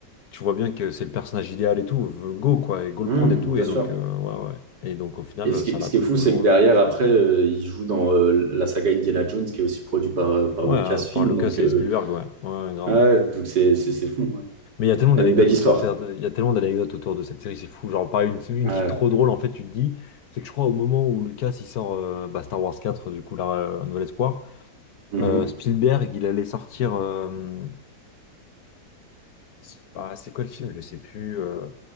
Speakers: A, on the left; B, on the right.
A: tu vois bien que c'est le personnage idéal et tout, v- go quoi, et go le
B: Hum,
A: prendre et tout.
B: bien
A: Et
B: sûr.
A: donc, euh, ouais, ouais. Et donc, au final,
B: Et ce qui,
A: ça
B: est
A: l'a
B: ce
A: pris
B: qui est fou,
A: pour
B: c'est
A: le rôle.
B: que derrière, après, euh, il joue dans euh, la saga Indiana Jones, qui est aussi produit par, euh, par
A: Ouais,
B: Lucasfilm,
A: par Lucas
B: donc
A: et
B: euh,
A: Spielberg, ouais, ouais, grave.
B: ah ouais, donc c'est c'est- c'est fou, ouais.
A: Mais il y a tellement
B: C'est
A: d'anecdotes
B: Une belle histoire.
A: autour de cette... il y a tellement d'anecdotes autour de cette série, c'est fou. Genre, pareil, une, une
B: Ah
A: qui est trop drôle, en fait, tu te dis, c'est que je crois au moment où Lucas il sort euh, bah, Star Wars 4 du coup, là, euh, Un Nouvel Espoir,
B: Ouais.
A: euh,
B: Mhm.
A: Spielberg, il allait sortir. euh, c'est ah, c'est quoi le film? Je sais plus. euh,